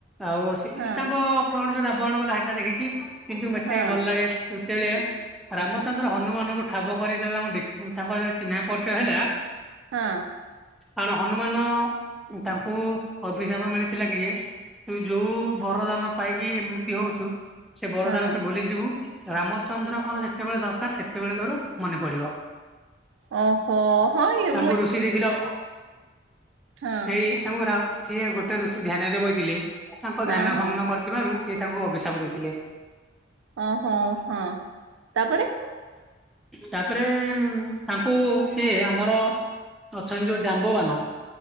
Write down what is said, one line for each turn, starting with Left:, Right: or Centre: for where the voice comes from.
Centre: ଆଉ ସୀ
Right: ହଁ
Centre: ସୀତାଙ୍କ ଅପହରଣ ଯୋଉଟା ଅପହରଣ କଲା ସେଟା ଦେଖିଛି କିନ୍ତୁ ମେତେ
Right: ହଁ
Centre: ଭଲ ଲାଗେ ଯେତେବେଳେ ରାମଚନ୍ଦ୍ର ହନୁମାନଙ୍କୁ ଠାବ କରିଦେଲେ ମୁଁ ଦେଖ୍ ତାଙ୍କର ଚିହ୍ନା ପରିଚୟ ହେଲା
Right: ହଁ।
Centre: କାରଣ ହନୁମାନ ତାଙ୍କୁ ଅଭିଶାପ ମିଳିଥିଲା କି ତୁ ଯୋଉ ବରଦାନ ପାଇକି ଏମତି ହଉଚୁ ସେ ବରଦାନ
Right: ହଁ
Centre: ତୁ ଭୁଲିଯିବୁ ରାମଚନ୍ଦ୍ରଙ୍କର ଯେତେବେଳେ ଦରକାର ସେତେବେଳେ ତୋର ମନେ ପଡିବ।
Right: ଓହୋଃ ହଁ ଇଏ
Centre: ତାଙ୍କୁ ଋଷି ଦେଇଥିଲ,
Right: ହଁ
Centre: ଏଇ ତାଙ୍କୁ ରା ସିଏ ଗୋେ ୠଷି ଧ୍ୟାନରେ ବଇଥିଲେ ତାଙ୍କ
Right: ହଁ
Centre: ଧ୍ୟାନ
Right: ହଁ।
Centre: ଭଗ୍ନ କରିଥିବାରୁ ସେ ତାଙ୍କୁ ଅଭିଶାପ ଦେଇଥିଲେ।
Right: ଓହୋଃ ହଁ ତାପରେ
Centre: ତାପରେଏ-ଏ ତାଙ୍କୁ କିଏ ଆମର ଅଛନ୍ତି ଯୋଉ ଜାମ୍ବବାନ